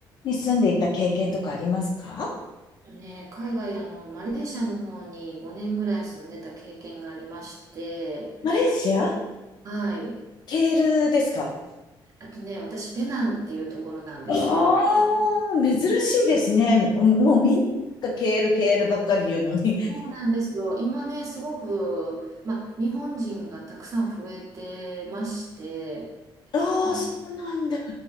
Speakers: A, on the left; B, on the right.
A: に住んでいた経験とかありますか
B: とね、海外、あの、マレーシアの方に5年ぐらい住んでた経験がありまして、
A: マレーシア
B: はい。
A: ケールですか
B: あとね、私、ペナンっていうところなんですけれど、
A: ああー、珍しいですね。もうみんながケール、ケールばっかり言うのに。
B: そうなんですよ。今ね、すごく、まあ、日本人がたくさん増えてまして、
A: ああ、
B: なんか
A: そうなんだ。